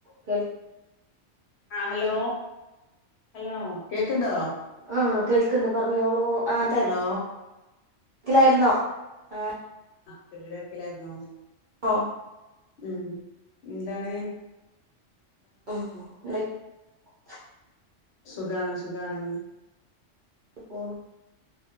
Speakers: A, on the right; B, on the left.
A: കേൾ
B: ആ hello hello കേക്ക്ണ്ടോ
A: ആ കേൾക്ക്ണ്ട് പറഞ്ഞോളൂ ആ തിരക്കിലായിരുന്നോ
B: ഹലോ
A: ആ
B: <unintelligible> തെര്ക്കിലായിരുന്നോ
A: ഓ
B: ഉം ന്താണ്
A: ആഹ് <unintelligible>
B: സുഖാണ് സുഖാണ്
A: <unintelligible>